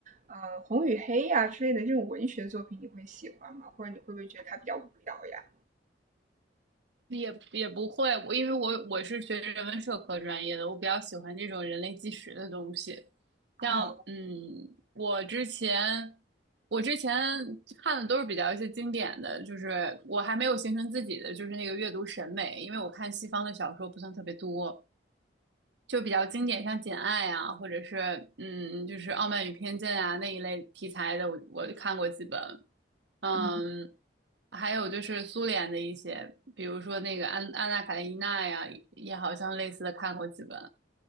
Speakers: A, on the right (about 45°); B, on the right (about 75°).
A: 呃，《红与黑》呀之类的这种文学作品，你会喜欢吗？或者你会不会觉得它比较无聊呀？
B: 也也不会，我因为我我是学人文社科专业的，我比较喜欢这种人类纪实的东西。
A: 啊，
B: 像嗯，我之前我之前看的都是比较一些经典的，就是我还没有形成自己的就是那个阅读审美，因为我看西方的小说不算特别多，就比较经典，像《简爱》啊，或者是嗯，就是《傲慢与偏见》啊那一类题材的，我我看过几本。嗯，
A: 嗯。
B: 还有就是苏联的一些，比如说那个安《安娜卡列尼娜》呀，也好像类似的看过几本。